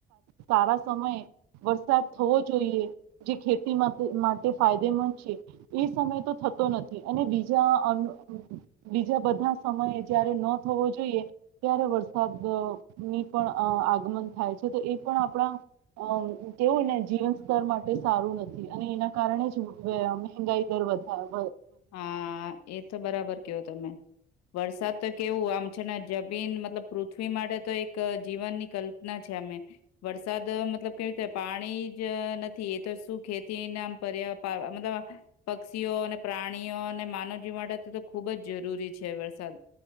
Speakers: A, on the right; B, on the left.
A: સારા સમયે વરસાદ થવો જોઈએ જે ખેતી માટે ફાયદેમંદ છે એ સમય તો થતો નથી અને બીજા બીજા બધા સમયે જયારે ન થવો જોઈએ ત્યારે વરસાદ ની પણ આગમન થાય છે તો એ પણ આપણા કેવું ને જીવન સ્તર માટે એ સારું નથી અને એના કારણે જ મંગાઈ દર વધારે
B: હા એ તો બરાબર કેયો તમે વરસાદ તો કેવું આમ છે ને જમીન મતલબ પૃથ્વી માટે તો એક જીવનની કલ્પના છે અમે વરસાદ મતલબ કેવી રીતે પાણી જ નથી એ તો શું ખેતી નામ પર્યા મતલબ પક્ષીઓ અને પ્રાણીઓ અને માનવજીવ માટે તો તો ખૂબ જ જરૂરી છે વરસાદ.